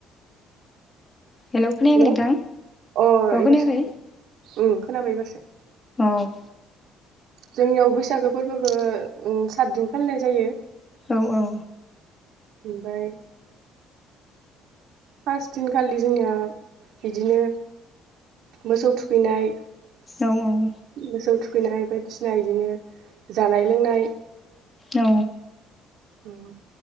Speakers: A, on the left; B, on the right.
A: हेलौ खोनायाखै
B: हेल' अ
A: नोंथां औ
B: एबारासो
A: खोनायाखै
B: खोनाबाय उम खोनाबाय एबारसो।
A: औ।
B: जोंनियाव बैसागो फोरबोखौ सातदिन फालिनाय जायो।
A: औ औ।
B: ओमफ्राय फार्स्ट दिनखालि जोंनिया बिदिनो मोसौ थुखैनाय
A: औ औ
B: मोसौ थुखैनाय बायदिसिना इदिनो जानाय लोंनाय
A: औ
B: उम